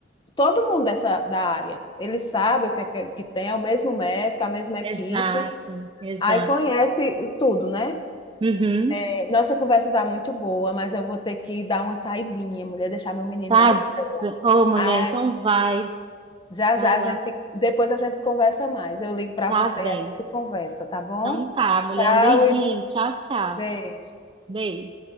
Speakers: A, on the left; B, on the right.
A: todo mundo dessa, da área. Ele sabe o que, é que, tem, é o mesmo médico, é a mesma equipe.
B: Exato, exato.
A: Aí conhece tudo, né?
B: Uhum.
A: É, Nossa conversa tá muito boa, mas eu vou ter que dar uma saidinha, mulher, deixar meu menino
B: Tá.
A: na escola.
B: Ô, mulher,
A: Aí,
B: então vai,
A: já
B: vai
A: já a
B: lá.
A: gente, depois a gente conversa mais. Eu ligo para
B: Tá
A: você,
B: bem.
A: e a gente conversa, tá bom?
B: Então tá, mulher,
A: Tchau
B: um beijinho.
A: e
B: Tchau, tchau.
A: beijo.
B: Beijo.